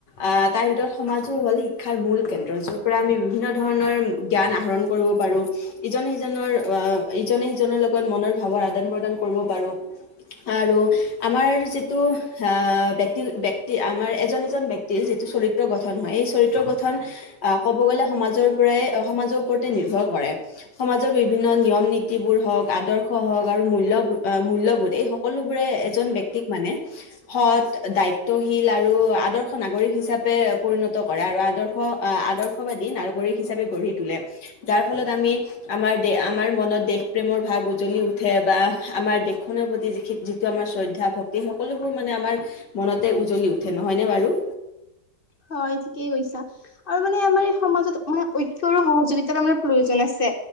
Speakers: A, on the left; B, on the left.
A: আহ তাৰ ভিতৰত সমাজো হ'ল শিক্ষাৰ মূল কেন্দ্ৰ যৰ পৰা আমি। বিভিন্ন ধৰণৰ জ্ঞান আহৰণ কৰিব পাৰোঁ। ইজনে সিজনৰ আহ ইজনে সিজনৰ লগত মনৰ ভাৱৰ আদান প্ৰদান কৰিব পাৰো। আৰু আমাৰ যিটো ব্যক্তি ব্যক্তি আমাৰ এজন এজন। যিটো চৰিত্ৰ গঠন হয় এই চৰিত্ৰ গঠন আহ। ক'ব গ'লে সমাজৰ পৰাই সমাজৰ ওপৰতে নিৰ্ভৰ কৰে। সমাজৰ বিভিন্ন নিয়ম নীতিবোৰ হওঁক আদৰ্শ হওক আৰু মূল্যব মূল্যবোধ এই হ। সকলোবোৰে এজন ব্যক্তিক মানে। সৎ দায়িত্বশীল আৰু আদৰ্শ নাগৰিক হিচাপে পৰিণত কৰে আৰু আদৰ্শ। আহ আদৰ্শবাদী নাগৰিক হিচাপে গঢ়ি তোলে যাৰ ফলত আমি। আমাৰ দ আমাৰ মনত দেশ প্ৰেমৰ ভাৱ উজ্বলি উঠে বা আমাৰ দেশখনৰ প্ৰতি যিখিন। যিটো আমাৰ শ্ৰদ্ধা ভক্তি সকলোবোৰ মানে আমাৰ মনতে উজ্বলি উঠে নহয়নে বাৰু।
B: হয়, ঠিকেই কৈছা। আৰু মানে আমাৰ এই সমাজত মানে ঐক্যৰ সহযোগিতাৰ আমাৰ প্ৰয়োজন আছে।